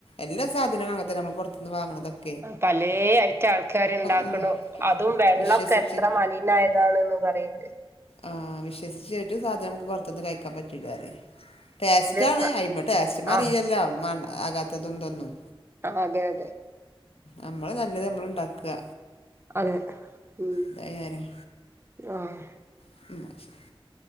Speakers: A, on the left; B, on the right.
A: എല്ല സാധനങ്ങളും അങ്ങനതന്ന നമ്മൾ പുറത്തത്ത്ന്ന് വാങ്ണതൊക്കെ
B: പലേ ഐറ്റ ആൾക്കാരുണ്ടാ ണ്ടാക്ക്ണും
A: ഉം
B: അതും വെള്ളക്കെ
A: വിശ്വസിച്ച്
B: എത്ര മലിനായതാണ്ന്ന് പറയണ്ട്
A: ആഹ് വിശ്വസിച്ച് ഒരു സാധനം നമുക്ക് പുറത്തുന്ന് കഴിക്കാൻ പറ്റില്ല ആരെ ടേസ്റ്റാണ്
B: പക്ഷെ ഇപ്പ
A: അയ്മ ടേസ്റ്റിമറീലല്ലോ
B: ആഹ്
A: മാണ്ട് ആകാത്തതും ഇതൊന്നും
B: അതെ അതെ
A: നമ്മള് നല്ലത് നമ്മളുണ്ടാക്ക
B: അതെ ഉം
A: ഇതായാലും
B: ആഹ്
A: <unintelligible>